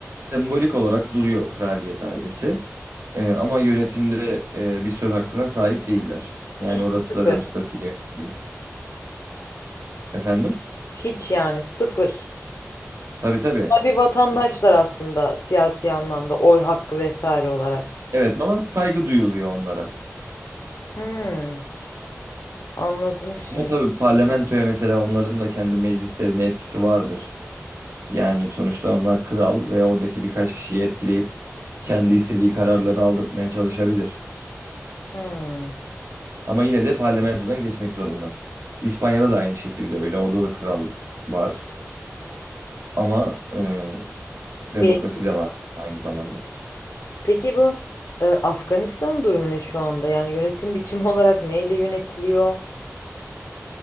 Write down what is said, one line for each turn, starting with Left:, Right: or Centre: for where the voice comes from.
Right: Sembolik olarak duruyor kraliyet ailesi E, ama yönetimde e, bir söz hakkına sahip değiller. Yani
Left: Hiç
Right: orası
Left: sıfır.
Right: da demokrasiyle yönetiliyor. Efendim?
Left: Hiç yani sıfır.
Right: Tabii tabii.
Left: Bunlar bir vatandaşlar
Right: S-
Left: aslında siyasi anlamda oy hakkı vesaire olarak.
Right: Evet ama saygı duyuluyor onlara.
Left: Hmm, anladım şimdi.
Right: Ama tabii parlamentoya mesela onların da kendi meclislerine etkisi vardır. Yani sonuçta onlar kral ve oradaki birkaç kişiyi etkileyip kendi istediği kararları aldırtmaya çalışabilir.
Left: Hmm.
Right: Ama yine de parlamentodan geçmek zorunda. İspanya'da da aynı şekilde öyle. Orada da kral var. Ama e, demokrasi
Left: Bir
Right: de var aynı zamanda.
Left: Peki bu e, Afganistan durumu ne şu anda? Yani yönetim biçimi olarak neyle yönetiliyor?